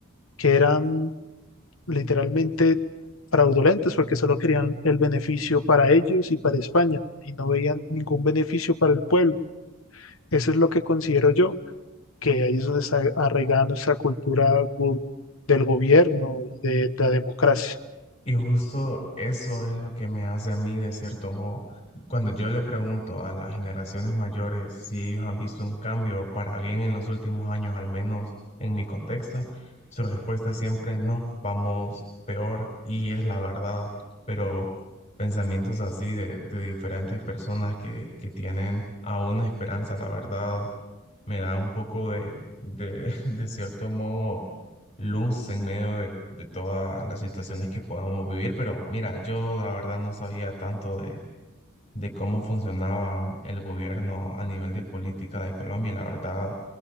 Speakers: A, on the left (about 70°); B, on the left (about 30°).
A: que eran literalmente fraudulentos porque solo querían el beneficio para ellos y para España y no veían ningún beneficio para el pueblo. Eso es lo que considero yo que ahí es donde está arraigada nuestra cultura gu- del gobierno y de, de la democracia.
B: Y justo eso es lo que me hace a mí, de cierto modo, cuando yo le pregunto a las generaciones mayores si ellos han visto un cambio para bien en los últimos años, al menos en mi contexto, su respuesta siempre es no, vamos peor, y es la verdad, pero pensamientos así de, de diferentes personas que, que tienen aún esperanza, la verdad, me da un poco de, de, <laughs> de cierto modo, luz en medio de, de todas las situaciones que podamos vivir. Pero mira, yo la verdad no sabía tanto de, de cómo funcionaba el gobierno a nivel de política de Colombia y la verdad